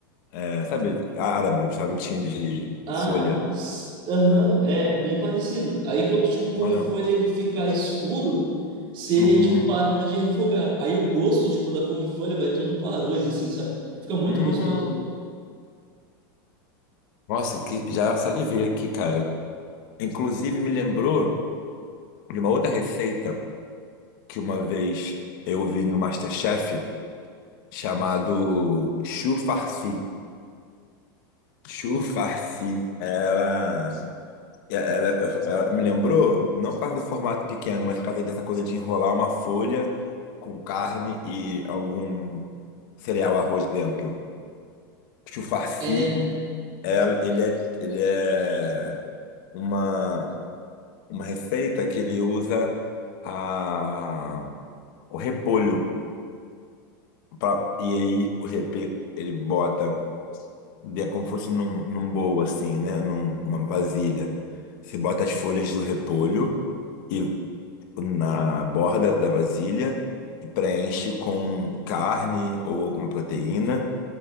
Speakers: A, on the left (about 60°); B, on the right (about 40°).
A: é, sabe, árabe, um charutinho de com
B: ah,
A: folha.
B: s- aham, é bem parecido. Aí quando tipo o
A: Olha.
B: couve-folha ele fica escuro, você
A: Uhum.
B: tipo para de refogar. Aí o gosto tipo da couve-folha vai todo para arroz assim, sabe? Fica muito
A: Hum.
B: gostoso.
A: Nossa, que já salivei aqui, cara. Inclusive me lembrou de uma outra receita que uma vez eu vi no MasterChef chamado Chu Farsi. Chu Farsi, ela, ela, ela me lembrou, não por causa do formato pequeno, mas por causa dessa coisa de enrolar uma folha com carne e algum cereal, arroz dentro. Chu Farsi,
B: É,
A: ela- ele é, ele é uma, uma receita que ele usa a, o repolho. pra- e aí o repolho, ele bota de- como fosse num, num bowl, assim, né? Num- Numa vasilha. Você bota as folhas do repolho e na borda da vasilha e preenche com carne ou alguma proteína.